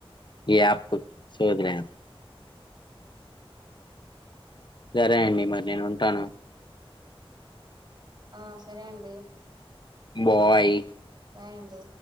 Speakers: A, on the left; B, on the right.
A: ఈ యాప్ సోదులో యాప్ సరే అండి మరి నేను ఉంటాను.
B: ఆ సరే అండి.
A: బాయ్
B: ఆయ్ అండి.